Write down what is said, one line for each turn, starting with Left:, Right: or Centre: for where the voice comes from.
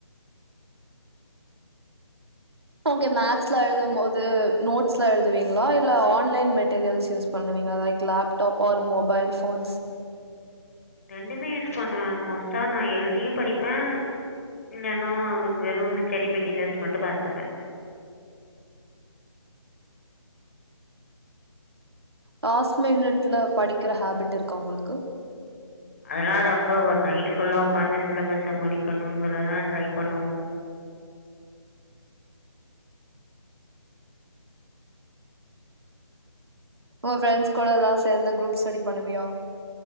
Right: ஓகே மேக்ஸ்ல எழுதும் போது நோட்ஸ்லா எழுதுவீங்களா இல்ல ஆன்லைன் மெட்டீரியல்ஸ் யூஸ் பண்ணுவீங்கள like laptop or mobile phones
Left: ரெண்டுமே யூஸ் பண்ணுவே மோஸ்டா நா எழுதியு படிப்பே இல்லைன்னா வெறு ஸ்டடி மெட்டீரியல்ஸ் மட்டு பாத்துப்பே
Right: லாஸ் மினிட்ல படிக்கிற ஹாபிட் இருக்கா உங்களுக்கு?
Left: அதெல்லா ரொம்போ ஒரு நைட் ஃபுல்லா உக்காந்து சிலபஸ முடிக்கணுங்கிறதா ட்ரை பண்ணுவோம்
Right: உங்க ஃப்ரெண்ட்ஸ் கூடலா சேந்து குரூப் ஸ்டடி பண்ணுவியா?